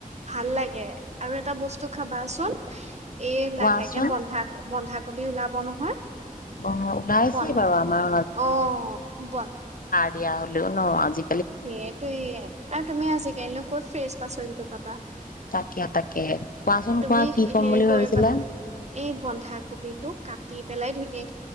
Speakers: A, on the right; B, on the left.
A: ভাল লাগে আৰু এটা বস্তু খাবাচোন, উ এই
B: কোৱাচোন
A: লাহেকে বন্ধা বন্ধাকবি ওলাব নহয়
B: অ ওলাইছেই
A: বন্ধা
B: বাৰু আমাৰ
A: অ ব
B: বিয়া হ'লেও ন আজি
A: সেইটো তুমি আজিকালিনো ক'ত ফ্ৰেচ পাচলিটো পাবা
B: তাকিয় তাকে, কোৱাচোন
A: তুমি
B: কোৱা কি ক'ম
A: হেৰি
B: বুলি
A: কৰিবা
B: ভাবিছিলা
A: এই বন্ধাকবিটো কাটি পেলাই ধুৰি এ